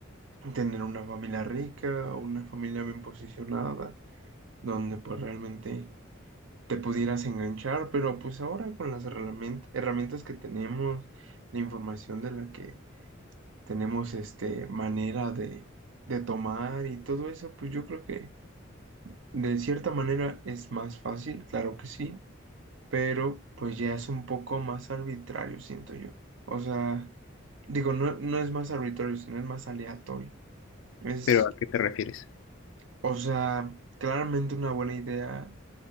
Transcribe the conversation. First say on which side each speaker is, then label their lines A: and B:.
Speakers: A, on the right; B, on the left.
A: tener una familia rica o una familia bien posicionada, donde pues realmente te pudieras enganchar, pero pues ahora con las herramientas, herramientas que tenemos, la información de la que tenemos este manera de, de tomar y todo eso, pues yo creo que de cierta manera es más fácil, claro que sí, pero pues ya es un poco más arbitrario, siento yo. O sea, digo, no, no es más arbitrario, sino es más aleatorio. Es
B: ¿Pero a qué te refieres?
A: O sea, claramente una buena idea,